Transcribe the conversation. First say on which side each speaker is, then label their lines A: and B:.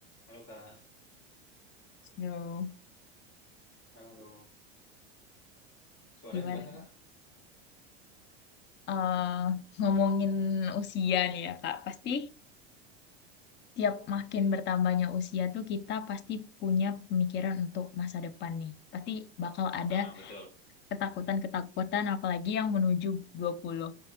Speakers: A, on the left (about 55°); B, on the left (about 35°).
A: Halo Kak,
B: Aduh,
A: halo, halo. Suaranya
B: gimana?
A: jelas nggak Kak?
B: Eh, ngomongin usia nih ya, Kak. Pasti tiap makin bertambahnya usia tuh kita pasti punya pemikiran untuk masa depan nih. Pasti bakal ada
A: Ah, betul.
B: ketakutan-ketakutan apalagi yang menuju 20.